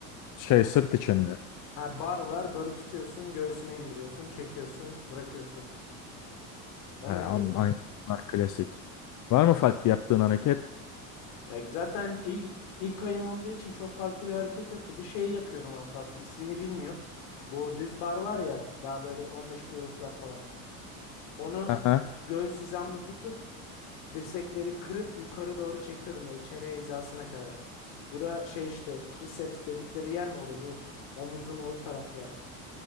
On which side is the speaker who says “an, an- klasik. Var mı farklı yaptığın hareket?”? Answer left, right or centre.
Left